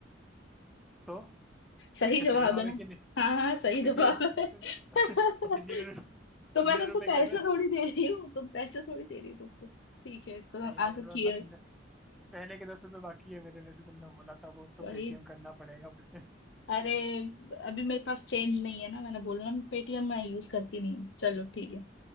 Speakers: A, in the centre; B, on the left (about 65°).
A: तो
B: सही
A: क्या
B: जवाब
A: सही जवाब
B: है ना
A: है कि नहीं
B: हाँ हाँ सही
A: तो फिर
B: जवाब
A: जीरो
B: है <laughs>
A: तो फिर जीरो
B: तो मैं
A: जीरो
B: तुमको
A: रुपये
B: पैसे
A: कैसे
B: थोड़ी दे रही हूँ तुम पैसे थोड़ी दे रही हो तुमको ठीक है इसका
A: नहीं यार
B: आंसर
A: अनुराग
B: कियल
A: ना तुमने पहले के दस रुपये बाकी है मेरे वैसे तुमने बोला था वो तो
B: वही
A: पेटीएम करना पड़ेगा मुझसे <laughs>
B: अरे अभी मेरे पास चेंज नहीं है ना मैंने बोला ना पेटीएम मैं यूज करती नहीं हूँ चलो ठीक है